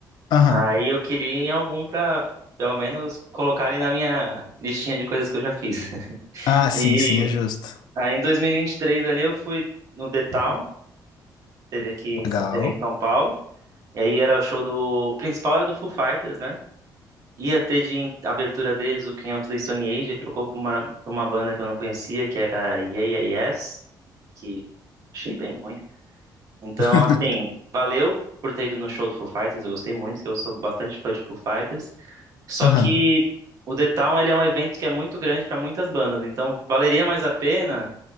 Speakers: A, on the left; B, on the right.
A: Aham.
B: Aí eu queria ir em algum pra, pelo menos, colocarem na minha listinha de coisas que eu já fiz. <laughs>
A: Ah, sim,
B: E
A: sim, é justo.
B: aí em 2023 ali eu fui no The Town, teve aqui em,
A: Legal.
B: Sa- teve em São Paulo. E aí era o show do, o principal era do Foo Fighters, né? Ia ter de in- abertura deles o King of the Stone Age, e trocou pra uma, pra uma banda que eu não conhecia, que era Yeah Yeah Yes, que achei bem ruim. Então,
A: <laughs>
B: assim, valeu por ter ido no show do Foo Fighters, eu gostei muito, que eu sou bastante fã de Foo Fighters. Só
A: Aham.
B: que o The Town, ele é um evento que é muito grande para muitas bandas, então valeria mais a pena